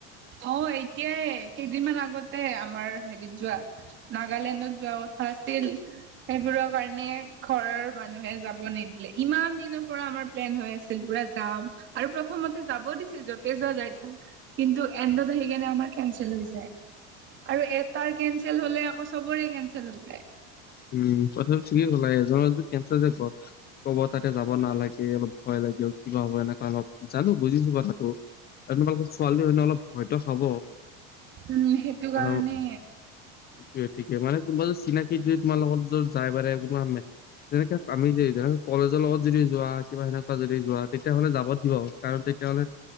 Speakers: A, on the right; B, on the left.
A: অ এতিয়াই কেইদিনমান আগতে আমাৰ হেৰিয়ে যোৱা নাগালেণ্ডত যোৱা কথা আছিল, ‌ সেইবোৰৰ কাৰনে ঘৰ থৰ মানুহে যাব নিদিলে, ইমান দিনৰ পৰা আমাৰ প্লেন হৈ আছিল পুৰা যাম আৰু প্ৰথমতে যাব দিছিল য'তে যোৱা যায় যাই থাক, ‌কিন্তু এণ্ডত আহি কেনে আমাৰ কেনচেল হৈ যায়। আৰু এটাৰ কেনচেল হলে আকৌ চবৰে কেনচেল হৈ যায়।
B: উম কথাটো ঠিকে কলা এজনৰ যদি কেনচেল হৈ যাই গত, ক'ব তাতে যাব নালাগে। গে অলপ ভয় লাগে কিবা হ'ব এনেকা অলপ। জানো বুজিছো কথাটো কাৰণ তোমালোকে ছোৱালী হয় ন অলপ ভয়তো খাব।
A: উম, সেইটো
B: কাৰণ
A: কাৰণে।
B: ঠিকে ঠিক মানে কোনবা যদি চিনাকিত যদ তোমাৰ লগত যদ যাই বাৰে তেনেকে আমি যে কলেজৰ লগত যদি যোৱা কিবা সেনেকা যদি যোৱা তেতিয়া হ'লে যাব দিব কাৰণ তেত‌ তেতিয়াহলে